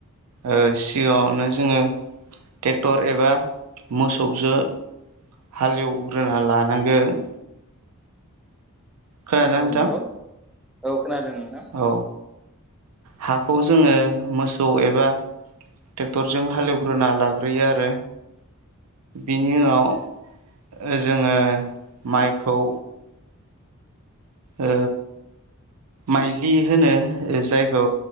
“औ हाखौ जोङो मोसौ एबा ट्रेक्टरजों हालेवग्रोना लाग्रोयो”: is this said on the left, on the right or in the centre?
Right